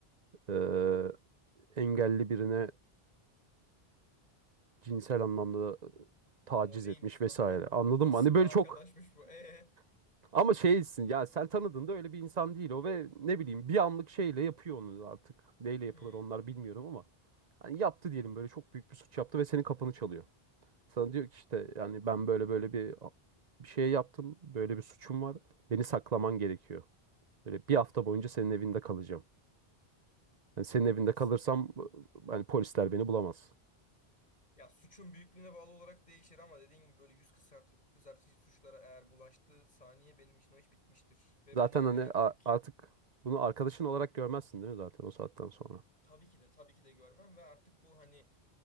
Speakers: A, on the right; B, on the left.
A: e, engelli birine cinsel anlamda taciz
B: O neymiş
A: etmiş vesaire.
B: kanka?
A: Anladın
B: <laughs> Nasıl
A: mı? Hani böyle
B: bir
A: çok
B: arkadaşmış bu? E.
A: <laughs> ama şeysin ya sen tanıdığında öyle bir insan değil o ve ne bileyim bir anlık şeyle yapıyor onu artık. Neyle yapılır
B: Hı.
A: onlar bilmiyorum ama hani yaptı diyelim böyle çok büyük bir suç yaptı ve senin kapını çalıyor. Sana diyor ki işte yani ben böyle böyle bir bir şey yaptım. Böyle bir suçum var. Beni saklaman gerekiyor. Böyle bir hafta
B: Hı.
A: boyunca senin evinde kalacağım. Yani senin evinde
B: Olmaz.
A: kalırsam hani polisler beni bulamaz.
B: Ya suçun büyüklüğüne bağlı olarak değişir ama dediğin gibi böyle yüz kızartı, kızartıcı suçlara eğer bulaştığı saniye benim için o iş bitmiştir. Ve
A: Zaten
B: buna
A: hani
B: eğer
A: a-
B: tepki
A: artık bunu arkadaşın olarak görmezsin değil mi zaten o saatten sonra?
B: tabii ki de tabii ki de görmem ve artık bu hani